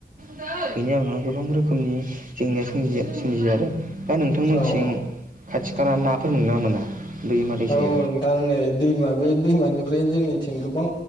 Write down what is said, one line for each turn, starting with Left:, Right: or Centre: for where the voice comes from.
Right: बेनि उनाव गोबां रोखोमनि जेंनायोमजियो आरो दा नोंथांमोनथिं
Left: औ औ
Right: खाथि खाला नाफोर मोना मोना? दैमा दैसायाव
Left: औ नोंथां नै दैमा बे दैमानि ओमफ्राय जोंनिथिं गोबां